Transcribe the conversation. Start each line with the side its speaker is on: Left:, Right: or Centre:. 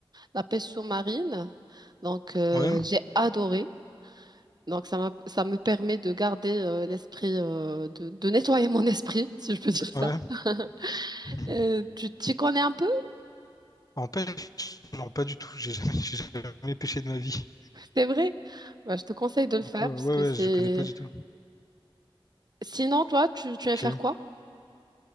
Right: la pêche sous-marine. Donc, euh,
Left: Ouais.
Right: j'ai adoré. Donc, ça m'a- ça me permet de garder euh, l'esprit, euh, de, de nettoyer mon <laughs> esprit, si je peux dire ça.
Left: Ouais.
Right: <laughs>
Left: Mhm.
Right: Euh, tu t'y connais un peu?
Left: En pêche, non, pas du tout. J'ai jamais, <laughs> j'ai jamais pêché de ma vie.
Right: C'est vrai? Bah, je te conseille de le
Left: Du
Right: faire
Left: coup, euh,
Right: parce
Left: ouais,
Right: que
Left: ouais,
Right: c'est...
Left: je connais pas du tout.
Right: Sinon, toi, tu, tu aimes
Left: Ok.
Right: faire quoi?